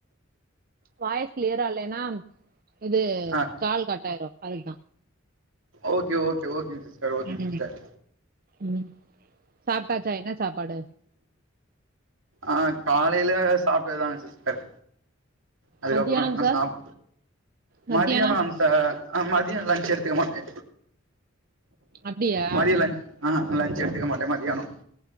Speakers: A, on the right; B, on the right.
A: வாய்ஸ் க்ளியரா இல்லைன்னா இது
B: ஆ
A: கால் கட் ஆயிரு அதுக்கு தா
B: ஓகே ஓகே ஓகேங்க சிஸ்டர் ஓகேங்க
A: ம்
B: சிஸ்டர்
A: ம் சாப்ட்டாச்சா என்ன சாப்பாடு
B: ஆ காலைல சாப்ட்டது தாங் சிஸ் டர் அதுக்கப்பறொ
A: மத்தியானம்
B: இன்னொ
A: சார்
B: சாப்
A: மத்தியானோ
B: மதியானொ வந் டர் அ மதியொ லன்ச் எடுத்துக்க மாட்டே
A: அப்டியா
B: மதிய லன்ச் ஆ லஞ்ச் எடுத்துக்க மாட்டே மதியானொ